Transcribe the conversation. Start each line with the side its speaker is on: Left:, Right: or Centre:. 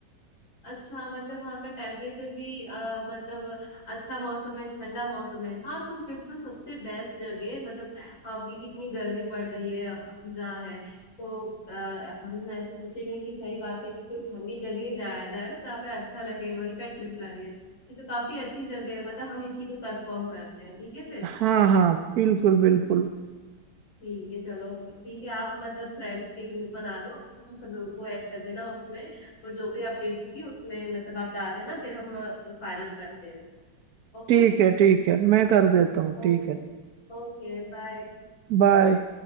Left: अच्छा मतलब वहाँ का टेम्परेचर भी अ, मतलब अच्छा मौसम है ठंडा मौसम है हाँ तो फिर तो सबसे बेस्ट जगह है। मतलब अभी कितनी गर्मी पड़ रही है हम जहाँ है तो अ, हम ऐसे सोचेंगे कि सही बात है कि कोई ठंडी जगह ही जाया जाए ना जहाँ पे अच्छा लगे वहीं का ट्रिप प्लान है ये तो काफी अच्छी जगह है मतलब हम इसी को कंफर्म करते हैं ठीक है फिर
Right: हाँ हाँ बिल्कुल बिल्कुल
Left: ठीक है चलो ठीक है आप मतलब फ्रेंड्स के ग्रुप बना लो हम सब लोगों को ऐड कर देना उसमें और जो भी अपडेट होगी उसमें मतलब आप डाल देना फिर हम फाइनल करते हैं ओके
Right: ठीक है ठीक है मैं कर देता हूँ
Left: ओ,
Right: ठीक है
Left: ओके बाय
Right: बाय